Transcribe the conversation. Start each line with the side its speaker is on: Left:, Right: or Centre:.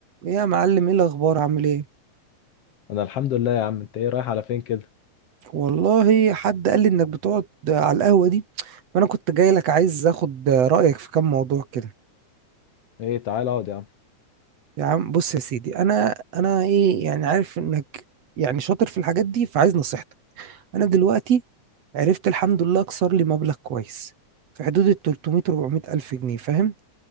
Right: إيه يا معلم ايه الاخبار عامل ايه
Left: انا الحمد لله يا عم انت ايه رايح على فين كده
Right: والله حد قال لي انك بتقعد على القهوه دي فانا كنت جاي لك عايز اخد رايك في كام موضوع كده
Left: ايه تعال اقعد يا عم
Right: يا عم بص يا سيدي انا انا ايه يعني عارف انك يعني شاطر في الحاجات دي فعايز نصيحتك انا دلوقتي عرفت الحمد لله اكسر لي مبلغ كويس في حدود ال 300 400 الف جنيه فاهم